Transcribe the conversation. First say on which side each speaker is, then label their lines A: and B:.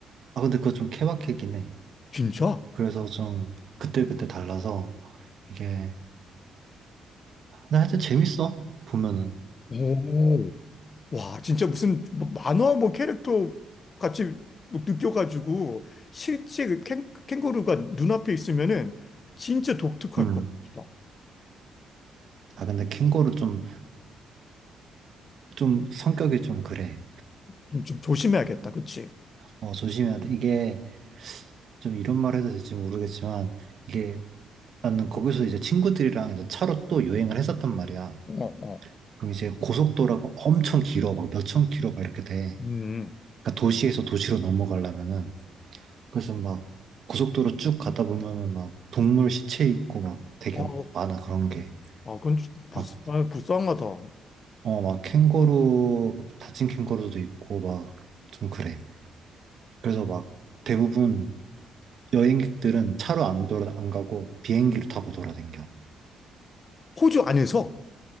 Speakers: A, on the right; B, on the left.
A: 아, 근데 그거 좀 케바케긴 해.
B: 진짜?
A: 그래서 좀 그때그때 달라서 이게, 근데 하여튼 재밌어. 보면은.
B: 오. 와, 진짜 무슨 뭐 만화 뭐 캐릭터 같이 뭐 느껴가지고 실제 그 캥, 캥거루가 눈앞에 있으면은 진짜 독특할
A: 음.
B: 것 같다.
A: 아, 근데 캥거루 좀, 좀 성격이 좀 그래.
B: 좀, 좀 조심해야겠다. 그치?
A: 어, 조심해야 돼. 이게 좀 이런 말 해도 될지 모르겠지만 이게 나는 거기서 이제 친구들이랑 이제 차로 또 여행을 했었단 말이야.
B: 어, 어.
A: 그럼 이제 고속도로가 엄청 길어. 막 몇천 킬로 막 이렇게 돼.
B: 음.
A: 그러니까 도시에서 도시로 넘어가려면은 그래서 막 고속도로 쭉 가다 보면은 막 동물 시체 있고 막 되게
B: 어,
A: 많아 그런 게.
B: 아, 그건 좀 불-
A: 막,
B: 아, 불쌍하다. 아,
A: 어, 막 캥거루, 막 다친 캥거루도 있고 막 좀 그래. 그래서 막 대부분 여행객들은 차로 안 돌아, 안 가고 비행기를 타고 돌아댕겨.
B: 호주 안에서?